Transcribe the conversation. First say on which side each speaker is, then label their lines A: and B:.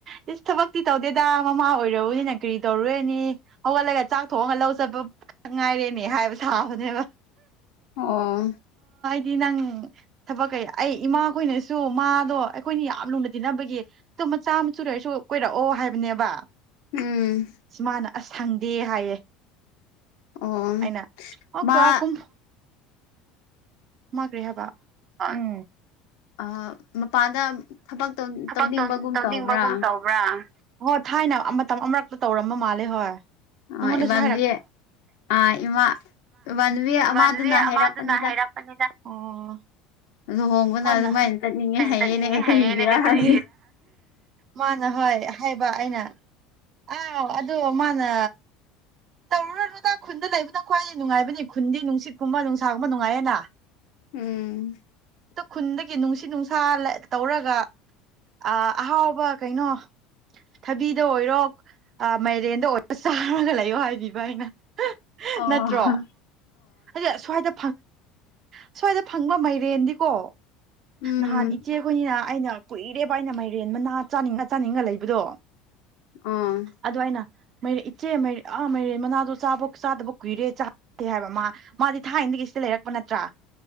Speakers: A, on the right; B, on the left.
A: ꯏꯁꯁ ꯊꯕꯛꯇꯤ ꯇꯧꯗꯦꯗ ꯃꯃꯥ ꯑꯣꯏꯔꯔꯕꯅꯦꯅ ꯀꯔꯤ ꯇꯧꯔꯨꯦ ꯅꯤ ꯍꯧꯒꯠꯂꯒ ꯆꯥꯛꯊꯣꯛꯑꯒ ꯂꯧꯖꯕ ꯉꯥꯏꯔꯦꯅꯦ ꯍꯥꯏꯕ ꯁꯥꯕꯅꯦꯕ
B: ꯑꯣ
A: ꯗꯤ ꯅꯪ ꯊꯕꯛ ꯀꯩ ꯑꯩ ꯏꯃꯥꯈꯣꯏꯅꯁꯨ ꯃꯥꯗꯣ ꯑꯩꯈꯣꯏꯅ ꯌꯥꯝ ꯂꯨꯅ ꯇꯤꯟꯅꯕꯒꯤ ꯃꯆꯥ ꯃꯆꯨ ꯂꯩꯔꯁꯨ ꯀꯣꯏꯔꯛꯑꯣ ꯍꯥꯏꯕꯅꯦꯕ
B: ꯎꯝ
A: ꯁ ꯃꯥꯅ ꯑꯁ ꯁꯪꯗꯦ ꯍꯥꯏꯌꯦ
B: ꯑꯣ
A: ꯑꯅ ꯑꯣ
B: ꯃꯥ
A: ꯀ ꯀꯨꯝ ꯃꯥꯒ꯭ꯔꯦ ꯍꯥꯏꯕ ꯎꯝ
B: ꯑ ꯃꯄꯥꯟꯗ ꯊꯕꯛ
A: ꯊꯕꯛ
B: ꯇꯧꯅꯤꯡꯕꯒꯨꯝ
A: ꯇꯧꯅꯤꯡꯕꯒꯨꯝ
B: ꯇꯧꯕ꯭ꯔꯥ
A: ꯇꯧꯕ꯭ꯔꯥ ꯍꯣꯏ ꯊꯥꯏꯅ ꯃꯇꯝ ꯑꯃꯨꯔꯛꯇ ꯇꯧꯔꯝꯕ ꯃꯥꯜꯂꯦ ꯍꯣꯏ ꯅꯪꯉꯣꯟꯗꯁꯨ
B: ꯑ ꯏꯕꯥꯗꯤ ꯑ ꯏꯃꯥ ꯏꯃꯥꯟꯅꯕꯤ ꯑꯃꯗꯨꯅ
A: ꯋꯥꯟ ꯋꯤ
B: ꯍꯥꯏꯔꯛꯄꯅꯤꯗ
A: ꯑꯃꯗꯨꯅ ꯍꯥꯏꯔꯛꯄꯅꯤꯗ ꯎꯝ
B: ꯂꯨꯍꯣꯡꯕꯅ
A: ꯃꯅ
B: ꯑꯗꯨꯃꯥꯏꯅ ꯆꯠꯅꯤꯡꯉꯦ
A: ꯀꯅꯦ
B: ꯍꯥꯏꯌꯦꯅꯦ ꯀꯔꯤꯒꯤꯔꯥ
A: ꯍ ꯀꯔ
B: ꯍꯪꯉꯦ
A: ꯃꯅ ꯍꯣꯏ ꯍꯥꯏꯕ ꯑꯩꯅ ꯑꯥꯎ ꯑꯗꯨ ꯃꯥꯅ ꯇꯧꯔꯨꯔꯔꯨꯗ ꯈꯨꯟꯗ ꯂꯩꯕꯅ ꯈ꯭ꯋꯥꯏꯗꯒꯤ ꯅꯨꯡꯉꯥꯏꯕꯅꯤ ꯈꯨꯟꯗꯤ ꯅꯨꯡꯁꯤꯠꯀꯨꯝꯕ ꯅꯨꯡꯁꯥꯒꯨꯝꯕ ꯅꯨꯡꯉꯥꯏꯌꯦꯅ
B: ꯎꯝ
A: ꯈꯨꯟꯗꯒꯤ ꯅꯨꯡꯁꯤ ꯅꯨꯡꯁꯥ ꯇꯧꯔꯒ ꯑ ꯑꯍꯥꯎꯕ ꯀꯩꯅꯣ ꯊꯕꯤꯗ ꯑꯣꯏꯔꯣ ꯃꯥꯏꯔꯦꯟꯗ ꯑꯣꯏꯔꯣ ꯆꯥꯔꯒ ꯂꯩꯌꯣ ꯍꯥꯏꯕꯤꯕ ꯑꯩꯅ
B: ꯑ
A: ꯅꯠꯇ꯭ꯔꯣ ꯑꯗ ꯁ꯭ꯋꯥꯏꯗ ꯁ꯭ꯋꯥꯏꯗ ꯐꯪꯕ ꯃꯥꯏꯔꯦꯟꯗꯤꯀꯣ
B: ꯎꯝ
A: ꯅꯍꯥꯟ ꯏꯆꯦ ꯑꯩꯈꯣꯏꯅꯤꯅ ꯑꯩꯅ ꯀꯨꯏꯔꯦꯕ ꯑꯩꯅ ꯃꯥꯏꯔꯦꯟꯕ ꯅꯍꯥ ꯆꯥꯅꯤꯡꯉ ꯆꯥꯅꯤꯡꯉ ꯂꯩꯕ ꯗꯣ
B: ꯑꯣ
A: ꯑꯗꯨ ꯑꯥꯏꯅ ꯃꯔ ꯏꯆꯦ ꯃꯔ ꯑꯥ ꯃꯩꯔ ꯃꯅꯥꯗ ꯆꯥꯕ ꯆꯥꯗꯕ ꯀꯨꯏꯔꯦ ꯆꯥ ꯍꯥꯏꯕ ꯃꯥ ꯃꯥꯗꯤ ꯊꯥꯏꯅꯗꯒꯤꯁꯤꯇ ꯂꯩꯔꯛꯄ ꯅꯠꯇ꯭ꯔꯥ